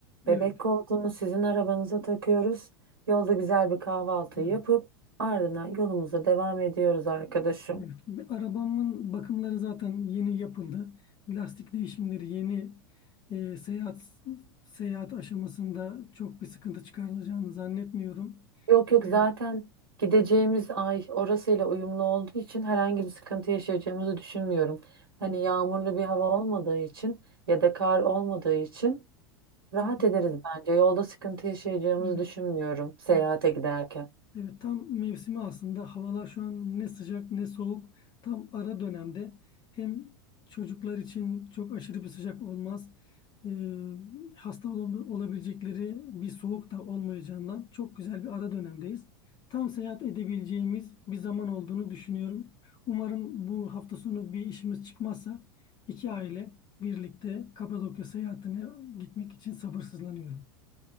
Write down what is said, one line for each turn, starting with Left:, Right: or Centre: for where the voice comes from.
Left: Evet,
Right: Bebek koltuğunu sizin arabanıza takıyoruz. Yolda güzel bir kahvaltı
Left: evet.
Right: yapıp ardından yolumuza devam ediyoruz arkadaşım.
Left: Evet, arabamın bakımları zaten yeni yapıldı. Lastik değişimleri yeni e, seyahat seyahat aşamasında çok bir sıkıntı çıkartacağını zannetmiyorum.
Right: Yok yok
Left: E,
Right: zaten gideceğimiz ay orasıyla uyumlu olduğu için herhangi bir sıkıntı yaşayacağımızı düşünmüyorum. Hani yağmurlu bir hava olmadığı için ya da kar olmadığı için rahat
Left: hı,
Right: ederiz bence. Yolda sıkıntı yaşayacağımızı
Left: evet,
Right: düşünmüyorum seyahate
Left: evet.
Right: giderken.
Left: Evet, tam mevsimi aslında. Havalar şu an ne sıcak ne soğuk. Tam ara dönemde. Hem çocuklar için çok aşırı bir sıcak olmaz. Ee, hasta ol- olabilecekleri bir soğuk da olmayacağından çok güzel bir ara dönemdeyiz. Tam seyahat edebileceğimiz bir zaman olduğunu düşünüyorum. Umarım bu hafta sonu bir işimiz çıkmazsa iki aile birlikte Kapadokya seyahatine gitmek için sabırsızlanıyorum.